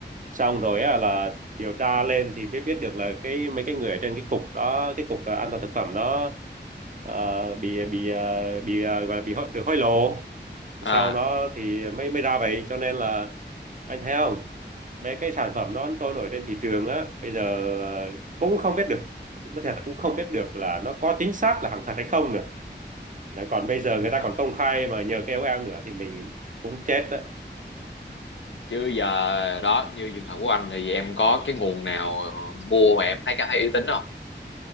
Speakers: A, on the right; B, on the left.
A: xong rồi á, là điều tra lên thì mới biết được là cái mấy cái người ở trên cái cục đó cái cục ờ, an toàn thực phẩm đó ờ, bị bị ờ, bị ờ, gọi là bị hối- được hối lộ
B: à
A: sau đó thì mới mới ra vậy cho nên là anh thấy không mấy cái sản phẩm đó trôi nổi trên thị trường á bây giờ ờ, cũng không biết được có thể là cũng không biết được là nó có chính xác là hàng thật hay không nữa Đấy, còn bây giờ người ta
B: trời
A: còn công khai mà nhờ KOL nữa thì mình cũng chết đấy.
B: chứ giờ đó như trường hợp của anh thì em có cái nguồn nào mua mà em thấy cảm thấy uy tín không